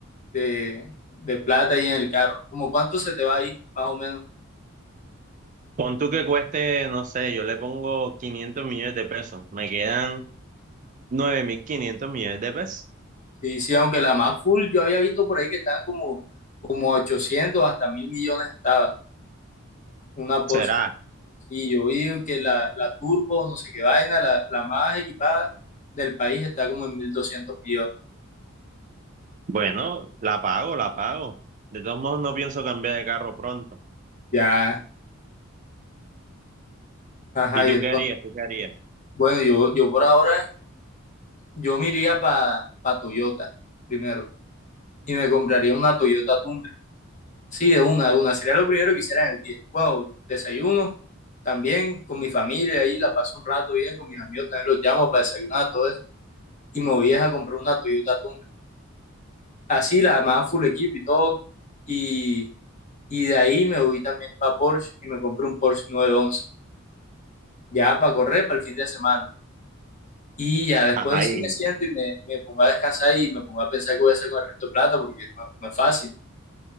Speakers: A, on the left; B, on the right.
A: de, de plata ahí en el carro. ¿Cómo cuánto se te va ahí, más o menos?
B: Pon tú que cueste, no sé, yo le pongo 500 millones de pesos. Me quedan 9.500 millones de pesos.
A: Sí, sí, aunque la más full, yo había visto por ahí que estaban como, como 800 hasta mil millones estaba una Porsche.
B: ¿Será?
A: Y yo vi que la, la turbo, no sé qué vaina, la, la más equipada del país está como en 1.200 millones.
B: Bueno, la pago, la pago. De todos modos, no pienso cambiar de carro pronto.
A: Ya, ajá,
B: ¿Y tú
A: y entonces,
B: qué harías? ¿Tú qué harías?
A: bueno, yo, yo por ahora Yo me iría para pa Toyota primero y me compraría una Toyota Tundra. Sí, de una, de una. Sería lo primero que hiciera en el día. Bueno, desayuno también con mi familia ahí, la paso un rato bien con mis amigos, también los llamo para desayunar, todo eso. Y me voy a comprar una Toyota Tundra. Así, la demás full equipo y todo. Y, y de ahí me voy también para Porsche y me compré un Porsche nueve once Ya para correr para el fin de semana. Y ya después
B: Ajá, y,
A: sí me siento y me, me pongo a descansar y me pongo a pensar qué voy a hacer con el resto de plata porque no, no es fácil.